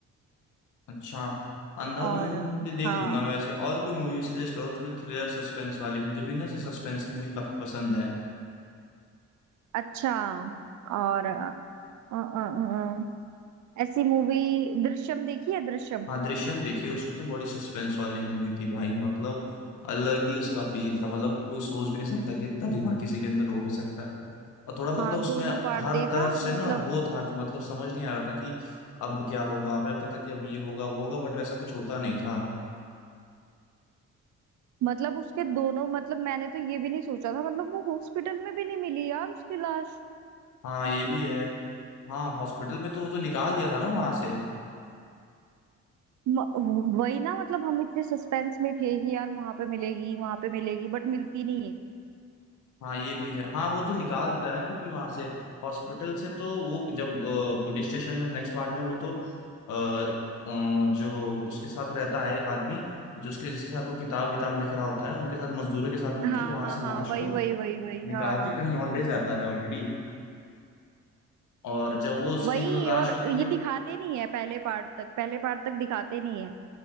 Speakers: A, on the left (about 80°); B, on the right (about 70°).
A: अच्छा अंधाधुन
B: और अ,
A: भी देख
B: हाँ
A: लूंगा मैं वैसे और कोई मूवी सजेस्ट करो थोड़ी थ्रिलर सस्पेंस वाली मुझे भी ना सस्पेंस की मूवी काफी पसंद है
B: अच्छा और अ, अ, अ, अ, ऐसी मूवी दृश्यम देखी है दृश्यम
A: हाँ दृश्यम देखिए उसको तो बड़ी सस्पेंस वाली मूवी थी भाई मतलब अलग ही उसका फील था मतलब कोई सोच भी नहीं सकता कि इतना दिमाग किसी के अंदर हो भी सकता है और थोड़ा मतलब
B: हाँ
A: उसमें
B: दोनों पार्ट
A: हर
B: देखा
A: तरफ से
B: मतलब
A: ना वो था कि मतलब समझ नहीं आ रहा था कि अब क्या होगा हमें लगता था कि अब ये होगा वो होगा बट वैसा कुछ होता नहीं था
B: मतलब उसके दोनों मतलब मैंने तो ये भी नहीं सोचा था मतलब वो हॉस्पिटल में भी नहीं मिली यार उसकी लाश
A: हाँ ये भी है हाँ हॉस्पिटल में तो वो तो निकाल दिया था ना वहां से
B: म- वही ना मतलब हम इतने सस्पेंस में थे कि यार वहां पे मिलेगी वहां पे मिलेगी बट मिलती नहीं है
A: हाँ ये भी है हाँ वो तो निकाल देता है ना क्योंकि वहां से हॉस्पिटल से तो वो जब पुलिस स्टेशन में नेक्स्ट पार्ट में वो तो अ, अ, जो उसके साथ रहता है एक आदमी जो उसके जिसके साथ वो किताब विताब लिख रहा होता है उनके साथ मजदूरों के साथ मिलके
B: हाँ
A: वहां
B: हाँ
A: से
B: हाँ
A: लाश
B: वही
A: को
B: वही वही वही
A: निकाल
B: हाँ हाँ
A: के कहीं और ले जाता है ऑलरेडी और जब वो उसकी
B: वही
A: जो लाश
B: और
A: होती
B: ये
A: है
B: दिखाते नहीं है पहले पार्ट तक पहले पार्ट तक दिखाते नहीं है